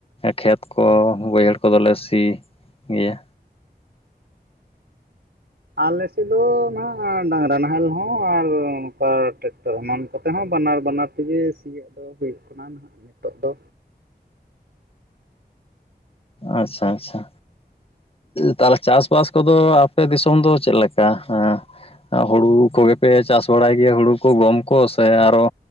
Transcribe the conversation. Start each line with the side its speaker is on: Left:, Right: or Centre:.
Left: ᱠᱷᱮᱛ ᱠᱚ ᱵᱟᱹᱭᱦᱟᱹᱲ ᱠᱚ ᱫᱚ ᱞᱮ ᱥᱤ ᱜᱮᱭᱟ᱾
Right: ᱟᱞᱮ ᱥᱮᱜ ᱫᱚ ᱱᱟᱦᱟᱜ ᱰᱟᱸᱝᱨᱟ ᱱᱟᱦᱮᱞ ᱦᱚᱸ ᱟᱨ ᱱᱚᱜ ᱱᱚᱝᱠᱟ ᱴᱮᱠᱴᱟᱨ ᱮᱢᱟᱱ ᱠᱚ ᱛᱮ ᱦᱚᱸ ᱵᱟᱱᱟᱨ ᱵᱟᱱᱟᱨ᱾ ᱛᱤᱜᱤ ᱥᱤᱭᱳᱜ ᱫᱚ ᱦᱩᱭᱩᱜ ᱠᱟᱱᱟ ᱱᱟᱦᱟᱜ ᱱᱤᱛᱚᱜ ᱫᱚ᱾
Left: ᱟᱪ-ᱪᱷᱟ ᱟᱪᱪᱷᱟ᱾ ᱛᱟᱞᱮ ᱪᱟᱥ-ᱵᱟᱥ ᱠᱚ ᱫᱚ ᱟᱯᱮ ᱫᱤᱥᱚᱢ ᱫᱚ ᱪᱮᱫ ᱞᱮᱠᱟ ᱦᱮᱸ᱾ ᱦᱩᱲᱩ ᱠᱚ ᱜᱮ ᱯᱮ ᱪᱟᱥ ᱵᱟᱲᱟᱭ ᱜᱮᱭᱟ ᱦᱩᱲᱩ ᱠᱚ ᱜᱚᱢ ᱠᱚ ᱥᱮ ᱟᱨᱚ